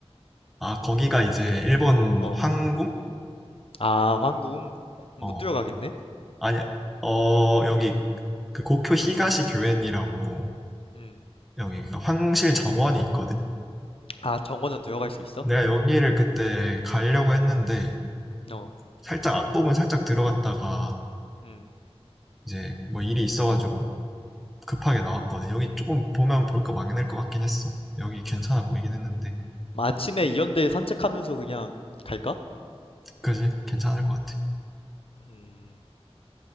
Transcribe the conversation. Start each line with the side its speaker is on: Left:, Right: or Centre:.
Centre: 아 거기가 이제 일본
Left: 어,
Centre: 황궁?
Left: 아, 황궁 못
Centre: 어
Left: 들어가겠네?
Centre: 아니 어 여기 그 고쿄 히가시 교엔이라고
Left: 음,
Centre: 여기 그 황실 정원이 있거든.
Left: 아, 정원은 들어갈 수 있어?
Centre: 내가 여기를 그때 가려고 했는데
Left: 어,
Centre: 살짝 앞부분 살짝 들어갔다가
Left: 음,
Centre: 이제 뭐 일이 있어가지고 급하게 나왔거든. 여기 조금 보면 볼 거 많을 것 같긴 했어. 여기 괜찮아 보이긴 했는데.
Left: 뭐 아침에 이런데 산책하면서 그냥 갈까?
Centre: 그지? 괜찮을 것 같아.
Left: 음.